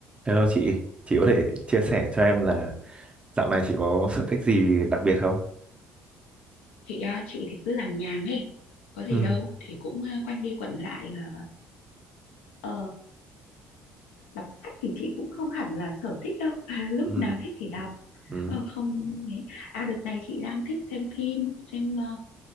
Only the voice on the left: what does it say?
chị à, chị thì cứ làm nhàng ấy có gì
đâu thì cũng à, quanh đi quẩn lại là ờ, đọc sách thì chị cũng không hẳn là sở thích đâu <laughs> lúc
nào thích thì đọc
Ờ, không ấy à đợt này chị đang thích xem phim xem ờ,